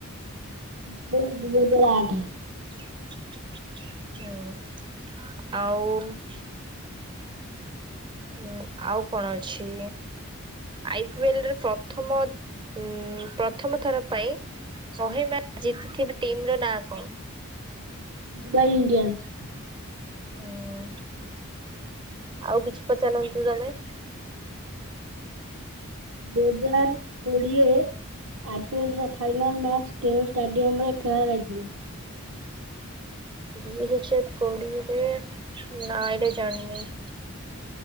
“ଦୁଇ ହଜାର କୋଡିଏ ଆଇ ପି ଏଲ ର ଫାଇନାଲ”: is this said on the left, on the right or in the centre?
Right